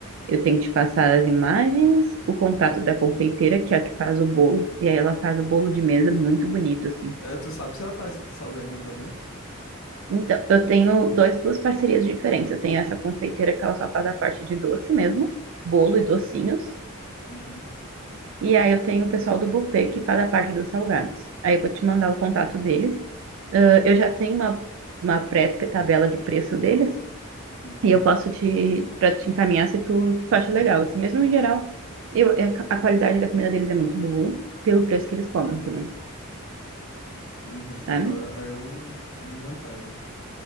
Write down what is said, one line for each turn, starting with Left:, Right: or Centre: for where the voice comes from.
Right: Eu tenho que te passar as imagens, o contato da confeiteira, que é a que faz o bolo. E aí ela faz o bolo de mesa muito bonito, assim.
Left: É, tu sabe se ela faz salgadinho também?
Right: Então, eu tenho dois, duas parcerias diferentes. Eu tenho essa confeiteira que ela só faz a parte de doce mesmo, bolo e docinhos.
Left: Uhum,
Right: E aí eu tenho o pessoal do buffet que faz a parte dos salgados. Aí eu vou te mandar o contato deles. Ah, eu já tenho uma, uma pré-tabela de preço deles
Left: uhum,
Right: e eu posso te, para te encaminhar se tu, tu acha legal. Assim, mesmo em geral, eu, é a a qualidade da comida deles é muito boa, pelo preço que eles cobram também,
Left: uhum.
Right: sabe?
Left: Aí eu vi vantagem.